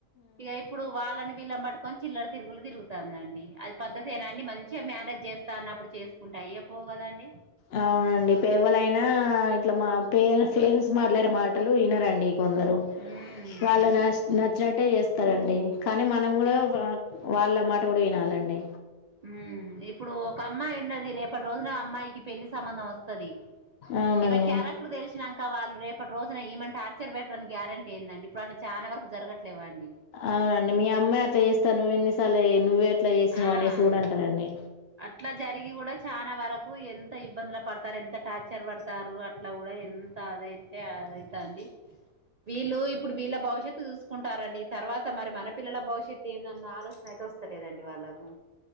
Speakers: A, on the right; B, on the left.
A: ఇగ ఇప్పుడు వాళ్ళని వీళ్ళని పట్టుకొని చిల్లల తిరుగులు తిగుతుందండి అది పద్ధతేనా అండి మంచిగా మ్యా చేస్తా అన్నప్పుడు చేసుకుంటె అయ్యే పోవు కదాండి
B: ఆ అవునండి ఎవలైనా ఇట్లా మా పేరెంట్స్ పేరెంట్స్ మాట్లాడే మాటలు వినరండి కొందరు
A: ఉమ్
B: వాళ్ళు న నచ్చినట్టే చేస్తారండి కానీ మనం కూడా
A: ఇప్
B: వా వాళ్ళ మాట కూడా వినాలండి
A: ఉ ఇప్పుడు ఒక అమ్మాయి ఉన్నది రేపటి రోజున అమ్మాయికి పెళ్లి సంబంధం వస్తది
B: అవునండి
A: ఈమె క్యారెక్టర్ తెలిసిన నాం క వాళ్లు రేపటిరోజున ఈమెను ఆర్చర్ పెట్రని గ్యారంటీ ఏందండి ఇప్పుడు అట్ల చానా వరకు జరగట్లేవా అండి
B: అవునండి మీ అమ్మె అట్లా చేస్త నువ్వెన్నిసలు నువ్వే ఇట్లా చేసినవ్
A: ఆ
B: అనేసి కూడా అంటాదండి
A: అట్లా జరిగి కూడా చాలా వరకు ఎంత ఇబ్బందుల పడతారు ఎంత టార్చర్ పడతారు అట్లా కూడా ఎంత అదైతే అదైతంది వీళ్ళు ఇప్పుడు వీళ్ళ భవిష్యత్తు చూసుకుంటారంండి తర్వాత మరి మన పిల్లల భవిష్యత్తు ఏందన్న ఆలోచన అయి తే వస్తాలేదండి వాళ్ళకు